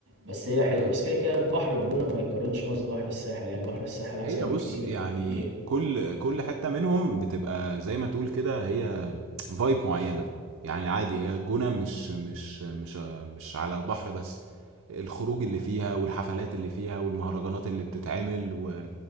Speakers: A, on the right; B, on the right.
A: بس هي حلوة
B: امم
A: بس كده كده بحر الجونة ما يتقارنش خالص بحر الساحل يعني بحر الساحل أحسن
B: هي بص
A: بكتير
B: يعني
A: بكتير
B: كل كل حتة منهم بتبقى زي ما تقول كده هي فايب معينة يعني عادي هي الجونة مش مش مش مش على البحر بس الخروج اللي فيها والحفلات اللي فيها والمهرجانات اللي بتتعمل و...